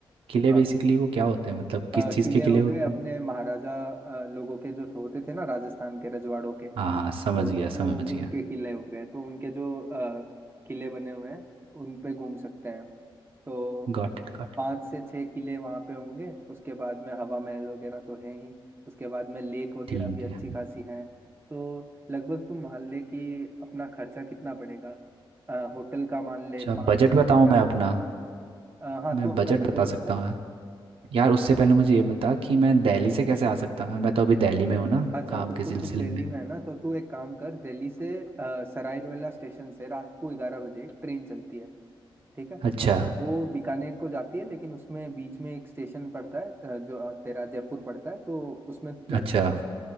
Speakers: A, on the right; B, on the right.
A: किले
B: हाँ
A: बेसिकली वो क्या होते हैं मतलब
B: अ,
A: किस चीज़
B: किले
A: के किले
B: हो
A: होते
B: गए अपने
A: हैं
B: महाराजा अ, लोगों के जो थे- होते थे ना राजस्थान के रजवाड़ों के
A: हाँ हाँ समझ
B: तो
A: गया
B: तो
A: समझ
B: उनके
A: गया
B: किले हो गए तो उनके जो अ, किले बने हुए हैं उन पे घूम सकते हैं तो
A: Got it got
B: पाँच
A: it
B: से छः किले वहाँ पे होंगे उसके बाद में हवा महल वगैरह तो है ही उसके बाद में लेक वगैरह
A: ठीक
B: भी अच्छी
A: है
B: खासी है तो लगभग तुम मान ले कि अपना खर्चा कितना पड़ेगा अ, होटल का मान ले
A: अच्छा
B: पाँच
A: बजट
B: सौ रुपये
A: बताऊँ
B: के आसपास
A: मैं अपना
B: अ, हाँ
A: मैं
B: तू अपना
A: बजट
B: बजट
A: बता सकता
B: बता
A: हूँ यार उससे पहले मुझे ये बता कि मैं दिल्ली से कैसे आ सकता हूँ मैं तो अभी दिल्ली में हूँ ना
B: अच्छा
A: काम
B: तो
A: के
B: तू
A: सिलसिले
B: तू दिल्ली
A: में
B: में है ना तो तू एक काम कर दिल्ली से अ, सराय रोहिला स्टेशन से रात को ग्यारह बजे एक ट्रेन चलती है ठीक है
A: अच्छा
B: वो बीकानेर को जाती है लेकिन उसमें बीच में एक स्टेशन पड़ता है अ, जो अ, तेरा जयपुर पड़ता है तो उसमें तू चढ़
A: अच्छा
B: सकती है,